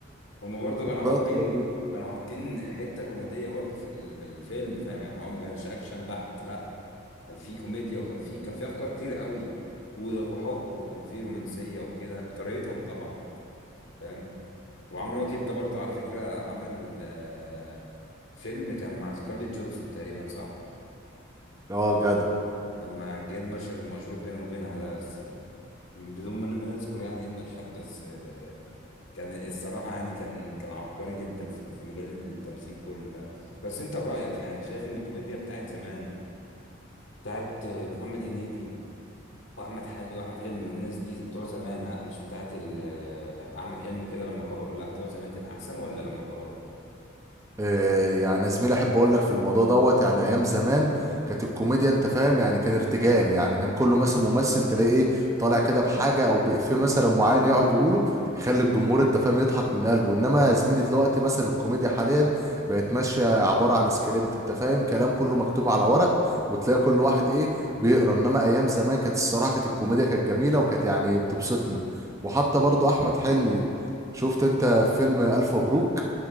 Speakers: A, on the left (about 65°); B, on the right (about 15°).
A: هم برضه كانوا حاطين
B: لقطة جميلة
A: كانوا حاطين حتة كوميدية برضه في ال- في الفيلم فاهم يعني هو ما كانش اكشن بحت لا كان في كوميديا وكان في كان في افكار كتير قوي و- وحب وكان في رومانسية وكده بطريقتهم طبعا فاهم وعمرو واكد ده برضه على فكرة عمل آه، فيلم كان مع سكارليت جونسون تقريبا صح؟
B: اه جدع
A: لما جه المشهد المشهور بينه وبينها ده بس يعني بدون ما ما نذكر يعني ايه المشهد بس آه، كان الصراحة يعني كان كان عبقري جدا في في مجال التمثيل كله فاهم بس انت برأيك يعني شايف ان الكوميديا بتاعت زمان بتاعت آه، محمد هنيدي واحمد حل... واحمد حلمي والناس دي بتوع زمان ها مش بتاعت ال... آه، احمد حلمي وكده لما كبروا لا بتوع زمان كده احسن ولا لما كبروا؟
B: آه، يعني يا زميلي احب اقول لك في الموضوع دوت يعني ايام زمان كانت الكوميديا انت فاهم يعني كان ارتجال يعني كان كله مثلا ممثل تلاقيه ايه طالع كده بحاجه او بإفيه مثلا معين يقعد يقوله يخلي الجمهور انت فاهم يضحك من قلبه انما يا زميلي دلوقتي مثلا الكوميديا حاليا بقت ماشيه عباره عن سكريبت انت فاهم كلام كله مكتوب على ورق وتلاقي كل واحد ايه بيقرا انما ايام زمان كانت الصراحه كانت الكوميديا كانت جميله وكانت يعني بتبسطني وحتى برضه
A: امم فاهمك
B: احمد حلمي
A: اه
B: شفت انت فيلم الف مبروك